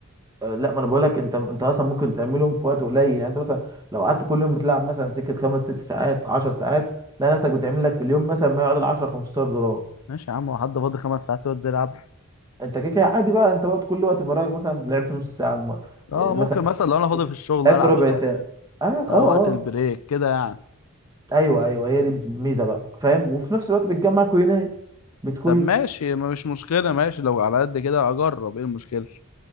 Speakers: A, on the right (about 15°); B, on the left (about 75°).
A: أه لا ما انا بقول لك انت انت اصلا ممكن تعملهم في وقت قليل يعني انت مثلا لو قعدت كل يوم بتلعب مثلا سكه خمس ست ساعات 10 ساعات تلاقي نفسك بتعمل لك في اليوم مثلا ما يعادل 10 15 دولار
B: ماشي يا عم هو حد فاضي خمس ساعات يقعد يلعب
A: انت كده كده عادي بقى انت وقت كل وقت فراغك مثلا لعبت نص ساعه م-
B: اه
A: آه، مثلا
B: ممكن مثلا لو انا فاضي في الشغل
A: لعبت
B: العب
A: ربع
B: شويه
A: ساعه ايوه
B: آه
A: اه
B: وقت البريك
A: اه
B: كده يعني
A: ايوه ايوه هي دي الميزه بقى فاهم وفي نفس الوقت بتجمع كوينات بتكوين
B: طب ماشي ما مش مشكله ماشي لو على قد كده اجرب ايه المشكله